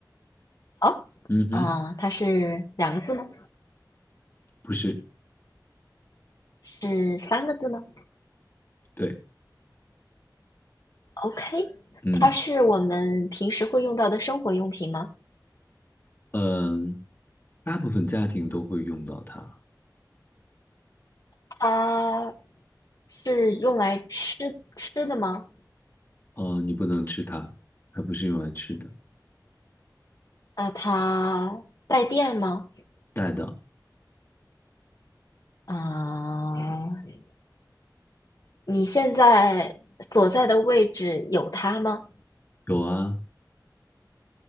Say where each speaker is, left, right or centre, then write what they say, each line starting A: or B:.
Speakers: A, on the left; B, on the left.
A: 好啊，
B: 嗯哼，
A: 它是两个字吗？
B: 不是，
A: 是三个字吗？
B: 对。
A: OK，
B: 嗯。
A: 它是我们平时会用到的生活用品吗？
B: 嗯，大部分家庭都会用到它。
A: 它是用来吃吃的吗？
B: 哦，你不能吃它，它不是用来吃的。
A: 那它带电吗？
B: 带的
A: 啊、你现在所在的位置有它吗？
B: 有啊，